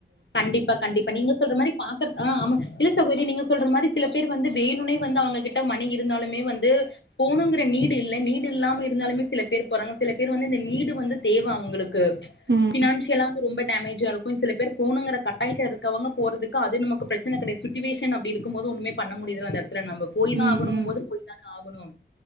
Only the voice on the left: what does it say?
கண்டிப்பா கண்டிப்பா நீங்க சொல்ற மாரி பாக்கற ஆ ஆமா இல்ல சகோரி நீங்க சொல்ற மாரி சில பேர் வந்து வேணுன்னே வந்து அவங்கக்கிட்ட மணி இருந்தாலுமே வந்து போணுங்கிற நீடு இல்ல நீடு இல்லாம இருந்தாலுமே சில பேர் போறாங்க சில பேர் வந்து இந்த நீடு வந்து தேவ அவுங்களுக் க்கு
ஃபினான்சியலா வந்து ரொம்ப டேமேஜா இருக்கு சில பேர் போணுங்கிற கட்டாயத்துல இருக்கவங்க போறதுக்கு அது நமக்கு பிரச்சன கெடையா சுட்டுவேஷன் அப்டி இருக்கும் போது ஒன்னுமே பண்ண முடியுறதுல்ல எல்லாருக் க்கிற நம்ப போய் தா
ஆகணுங்கம்போது
போய் தான ஆகணு